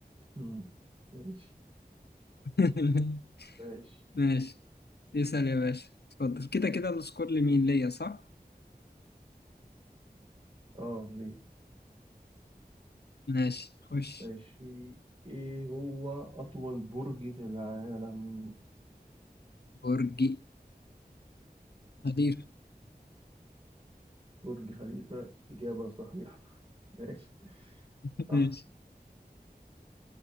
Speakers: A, on the right (about 35°); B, on the left (about 85°).
A: امم ماشي
B: <laughs>
A: ماشي
B: ماشي اسأل يا باشا اتفضل كده كده السكور لمين ليا صح؟
A: اه ليه
B: ماشي خش
A: ماشي ايه هو اطول برج في العالم
B: برج خليفة
A: برج خليفه اجابه صحيحه <laughs> ماشي
B: <laughs>
A: صح
B: ماشي